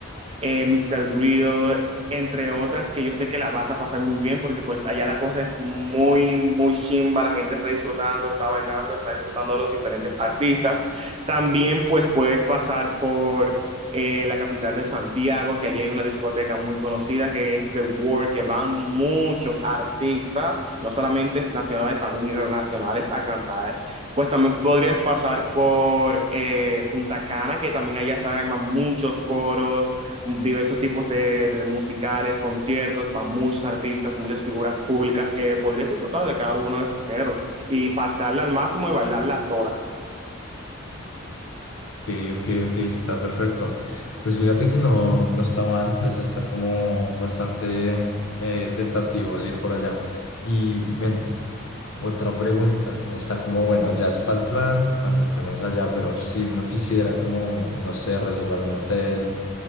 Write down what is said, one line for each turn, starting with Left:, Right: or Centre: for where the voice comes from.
Right: eh, Mr. Grill, entre otras que yo sé que la vas a pasar muy bien porque pues allá la cosa es muy, muy chimba, la gente está disfrutando, está bailando, está disfrutando de los diferentes artistas. También pues puedes pasar por eh, la capital de Santiago, que allí hay una discoteca muy conocida que es The World, que van muchos artistas, no solamente nacionales, también internacionales a cantar. Pues también podrías pasar por eh, Punta Cana, que también allá se arman muchos coros diversos tipos de, de musicales, conciertos para muchos artistas, muchas figuras públicas que podrías disfrutar de cada uno de esos géneros y pasarla al máximo y bailarla toda.
Left: Ok, ok, ok, está perfecto. Pues fíjate que no, no está mal, o sea, está como bastante eh, tentativo el ir por allá. Y ven, otra pregunta, está como, bueno, ya está el plan cuando estemos allá, pero si uno quisiera como, no sé, reservar un hotel,